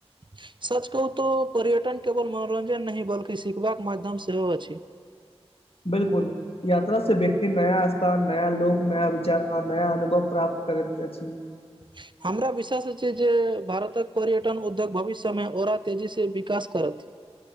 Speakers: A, on the right (about 45°); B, on the left (about 60°).
A: <inaudible> सच कहू तऽ पर्यटन केवल मनोरञ्जन नहि बल्कि सिखबाक माध्यम सेहो अछि
B: बिलकुल यात्रा से व्यक्त नया स्थान नया लोक नया विचार आ नया अनुभव प्राप्त करैत अछि
A: <inaudible> हमरा विश्वास अछि जे भारतक पर्यटन उद्योग भविष्यमे ओरा तेजी से विकास करत <inaudible>